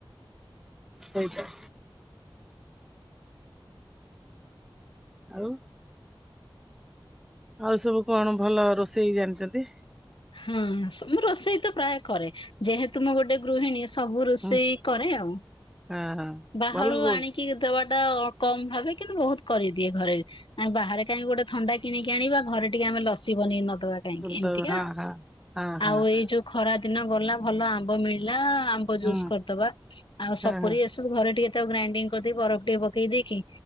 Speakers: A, in the centre; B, on the left.
A: ହେଇଟା। ଆଉ? ଆଉ ସବୁ କଣ ଭଲ ରୋଷେଇ ଜାଣିଛନ୍ତି?
B: ହଁ ମୁଁ ରୋଷେଇ ତ ପ୍ରାୟ କରେ, ଯେହେତୁ ମୁଁ ଗୋଟେ ଗୃହିଣୀ ସ ସବୁ ରୋଷେଇ
A: ହୁଁ
B: କରେ ଆଉ।
A: ହଁ ହଁ
B: ବାହାରୁ
A: ଭଲ କହୁଛି
B: ଆଣିକି ଦବା କମ ଭାବେ କିନ୍ତୁ ବହୁତ କରିଦିଏ ଘରେ ବାହାରେ କାହିଁକି ଗୋଟେ ଥଣ୍ଡା କିଣିକି ଆଣିବା ଘରେ ଟିକେ ଆମେ ଲସି ବନେଇ ନବ ବା କାହିଁକି ଏମିତିକା
A: ତ ହଁ
B: ଆଉ,
A: ହଁ ହଁ ହଁ
B: ଆଉ
A: ହଁ
B: ଏଇ ଯୋଉ ଖରା ଦିନ ଗଲା ଭଲ ଆମ୍ବ ମିଳିଲା ଆମ୍ବ ଜୁସ୍
A: ହୁଁ
B: କରିଦବା ଆଉ ସପୁରି
A: ହଁ ହଁ
B: ଏସବୁ ଘରେ ଟିକେ ତାକୁ ଗ୍ରାଇଣ୍ଡିଙ୍ଗ କରିଦେଇକି ବରଫ ଟିକେ ପକେଇ ଦେଇକି